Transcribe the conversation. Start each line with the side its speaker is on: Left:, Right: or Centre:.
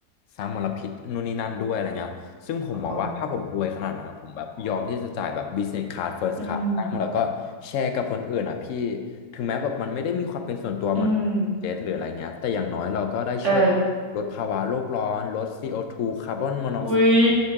Left: สร้างมลพิษนู่นนี่นั่นด้วยอะไรเงี้ยซึ่งผมมองว่าถ้าผมรวยขนาดนั้นนะผมแบบยอมที่จะจ่ายแบบ
Right: อ๋อ
Left: business class first
Right: อืม
Left: class นั่งแล้วก็แชร์กับคนอื่นอ่ะพี่ถึงแม้แบบมันไม่ได้มีความเป็นส่วนตัวเหมือนเจ็ตหรืออะไรเงี้ยแต่อย่างน้อยเราก็ได้ช่วย
Right: อืมเออ
Left: ลดภาวะโลกร้อนลด CO2 คาร์บอนมอนอกไซด์
Right: อุ๊ย